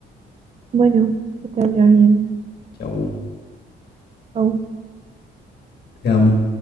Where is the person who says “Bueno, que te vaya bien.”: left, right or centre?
Right